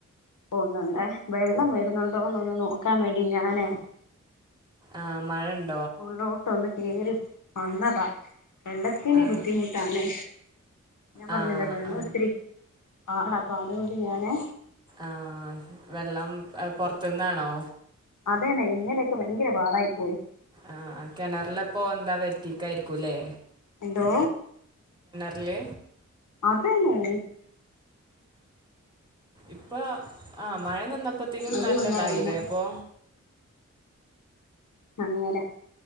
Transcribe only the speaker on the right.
ആഹ മഴ ഉണ്ട്
ആ
ആ
ആ
ആഹ വെള്ളം പൊറത്തുന്നാണോ
ആഹ കിണറില പോ എന്താ വറ്റീക്കായിരിക്കൂല്ലേ
റ്റില്
ഇപ്പൊ ആഹ മഴ നിന്നപ്പത്തിനും
നല്ലതായില്ലേ
അപ്പൊ